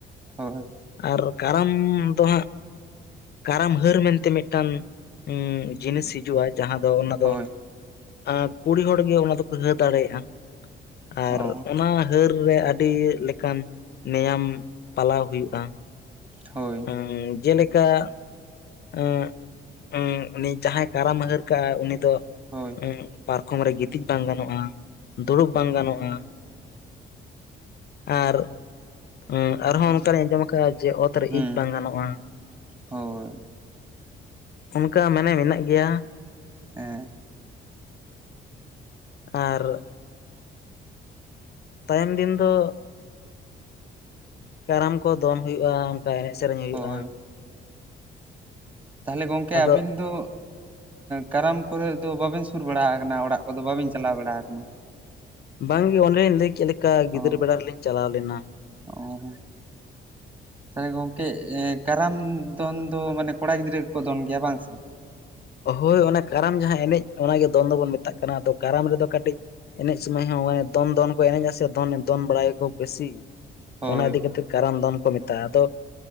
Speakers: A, on the right; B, on the left.
A: ᱦᱳᱭ᱾
B: ᱟᱨ ᱠᱟᱨᱟᱢ ᱫᱚ ᱦᱟᱜ ᱠᱟᱨᱟᱢ ᱦᱟᱹᱨ ᱢᱮᱱᱛᱮ ᱢᱤᱜᱴᱟᱱ ᱩᱢ ᱡᱤᱱᱤᱥ ᱦᱤᱡᱩᱜᱼᱟ ᱡᱟᱦᱟᱸ ᱫᱚ ᱚᱱᱟ
A: ᱦᱳᱭ
B: ᱫᱚ ᱟ ᱠᱩᱲᱤ ᱦᱚᱲ ᱜᱮ ᱚᱱᱟ ᱫᱚᱠᱚ ᱦᱟᱹ ᱫᱟᱲᱮᱭᱟᱜᱼᱟ, ᱟᱨ
A: ᱚ
B: ᱚᱱᱟ ᱦᱟᱹᱨ ᱨᱮ ᱟᱹᱰᱤ ᱞᱮᱠᱟᱱ ᱱᱮᱭᱟᱢ ᱯᱟᱞᱟᱣ ᱦᱩᱭᱩᱜᱼᱟ᱾
A: ᱦᱳᱭ᱾
B: ᱩᱢ ᱡᱮᱞᱮᱠᱟ ᱩᱸ ᱩᱸ ᱩᱱᱤ ᱡᱟᱦᱟᱸᱭ ᱠᱟᱨᱟᱢ ᱦᱟᱨ ᱠᱟᱜᱼᱟ ᱩᱱᱤ ᱫᱚ
A: ᱦᱳᱭ᱾
B: ᱩᱸ ᱯᱟᱨᱠᱚᱢ ᱨᱮ ᱜᱤᱛᱤᱡ ᱵᱟᱝ ᱜᱟᱱᱚᱜᱼᱟ, ᱫᱩᱲᱩᱵ ᱵᱟᱝ ᱜᱟᱱᱚᱜᱼᱟ᱾ ᱟᱨ ᱩᱸ ᱟᱨᱦᱚᱸ ᱚᱱᱠᱟ ᱞᱤᱧ ᱟᱸᱡᱚᱢ ᱟᱠᱟᱜᱼᱟ ᱡᱮ, ᱚᱛᱨᱮ
A: ᱦᱩᱸ
B: ᱤᱡ ᱵᱟᱝ ᱜᱟᱱᱚᱜᱼᱟ᱾
A: ᱦᱳᱭ
B: ᱚᱱᱠᱟ ᱢᱟᱱᱮ ᱢᱮᱱᱟᱜ ᱜᱮᱭᱟ᱾
A: ᱦᱮᱸ᱾
B: ᱟᱨ ᱛᱟᱭᱚᱢ ᱫᱤᱱ ᱫᱚ ᱠᱟᱨᱟᱢ ᱠᱚ ᱫᱚᱱ ᱦᱩᱭᱩᱜᱼᱟ᱾ ᱮᱱᱮᱡ ᱥᱮᱨᱮᱧ ᱦᱩᱭᱩᱜᱼᱟ
A: ᱦᱳᱭ ᱛᱟᱦᱚᱞᱮ ᱜᱚᱝᱠᱮ
B: ᱟᱫᱚ
A: ᱟᱵᱤᱱ ᱫᱚ ᱠᱟᱨᱟᱢ ᱠᱚᱨᱮ ᱫᱚ ᱵᱟᱵᱮᱱ ᱥᱩᱨ ᱵᱟᱲᱟ ᱟᱠᱟᱱᱟ ᱚᱲᱟᱜ ᱠᱚᱫᱚ ᱵᱟᱵᱮᱱ ᱪᱟᱞᱟᱣ ᱵᱟᱲᱟᱣ ᱠᱟᱱᱟ?
B: ᱵᱟᱝᱜᱮ ᱚᱱᱮᱞᱤᱧ ᱞᱟᱹᱭ ᱠᱮᱫ ᱞᱮᱠᱟ ᱜᱤᱫᱽᱨᱟᱹ
A: ᱚ
B: ᱵᱮᱲᱟ ᱨᱮᱞᱤᱧ ᱪᱟᱞᱟᱣ ᱞᱮᱱᱟ᱾
A: ᱚ᱾ ᱛᱟᱦᱚᱞᱮ ᱜᱚᱝᱠᱮ ᱠᱟᱨᱟᱢ ᱫᱚᱱ ᱫᱚ ᱢᱟᱱᱮ ᱠᱚᱲᱟ ᱜᱤᱫᱽᱨᱟᱹ ᱜᱮ ᱠᱚ ᱫᱚᱱ ᱜᱮᱭᱟ ᱵᱟᱝ ᱥᱮ?
B: ᱦᱳᱭ ᱚᱱᱟ ᱠᱟᱨᱟᱢ ᱡᱟᱦᱟᱸ ᱮᱱᱮᱡ ᱚᱱᱟᱜᱮ ᱫᱚᱱ ᱫᱚᱵᱚᱱ ᱢᱮᱛᱟᱜ ᱠᱟᱱᱟ ᱟᱫᱚ ᱠᱟᱨᱟᱢ ᱨᱮᱫᱚ ᱠᱟᱹᱴᱤᱡ ᱮᱱᱮᱡ ᱥᱢᱚᱭ ᱦᱚᱸ ᱫᱚᱱ ᱫᱚᱱ ᱠᱚ ᱮᱱᱮᱡ ᱟ ᱥᱮ ᱫᱚᱱ ᱫᱚᱱ ᱵᱟᱲᱟᱭᱟᱠᱚ ᱵᱮᱥᱤ
A: ᱦᱳᱭ
B: ᱚᱱᱟ ᱤᱫᱤ ᱠᱟᱛᱮ ᱠᱟᱨᱟᱢ ᱫᱚᱱ ᱠᱚ ᱢᱮᱛᱟᱜᱼᱟ ᱟᱫᱚ